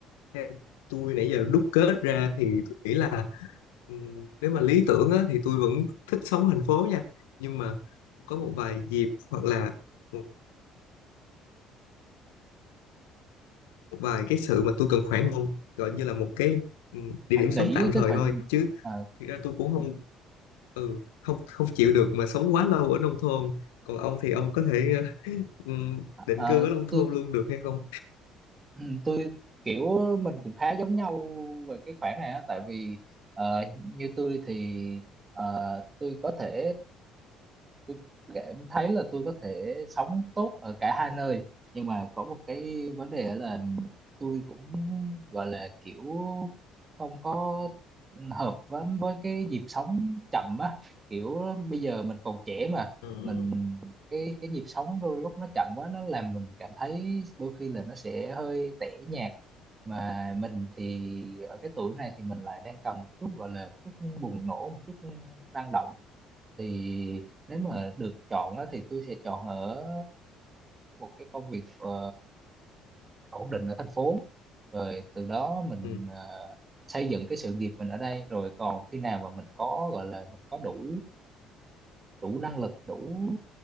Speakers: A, on the left; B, on the right.
A: theo tôi nãy giờ đúc kết ra thì tôi nghĩ là ừm, nếu mà lý tưởng á, thì tôi vẫn thích sống ở thành phố nha nhưng mà có một vài dịp hoặc là một một vài cái sự mà tôi cần khoảng không gọi như là một cái ừm, địa
B: Anh
A: điểm sống
B: nghĩ
A: tạm thời
B: cái khoản
A: thôi chứ
B: à,
A: thực ra tôi cũng không ừ không không chịu được mà sống quá lâu ở nông thôn còn ông thì ông có thể <laughs> ờ, ừm, định
B: à,
A: cư ở nông thôn
B: tôi
A: luôn được hay không
B: Ừ, tôi kiểu mình cũng khá giống nhau về cái khoản này á tại vì ờ, như tôi thì ờ, tôi có thể tôi cảm thấy là tôi có thể sống tốt ở cả hai nơi nhưng mà có một cái vấn đề là tôi cũng gọi là kiểu không có hợp với với cái nhịp sống chậm á kiểu bây giờ mình còn trẻ mà
A: Ừ.
B: mình cái cái nhịp sống đôi lúc nó chậm quá nó làm mình cảm thấy đôi khi là nó sẽ hơi tẻ nhạt mà mình thì ở cái tuổi này thì mình lại đang cần một chút gọi là một chút bùng nổ một chút năng động thì nếu mà được chọn á, thì tôi sẽ chọn ở một cái công việc ờ, ổn định ở thành phố rồi từ đó mình
A: ừ,
B: ờ, xây dựng cái sự nghiệp mình ở đây rồi còn khi nào mà mình có gọi là mình có đủ đủ năng lực đủ